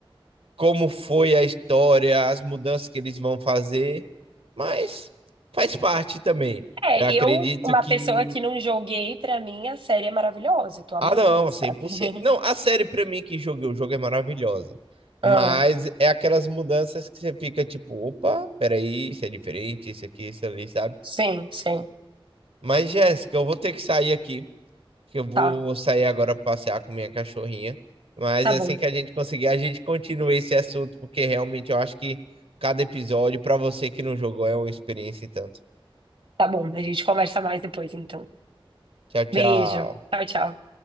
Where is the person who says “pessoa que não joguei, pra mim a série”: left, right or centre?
Right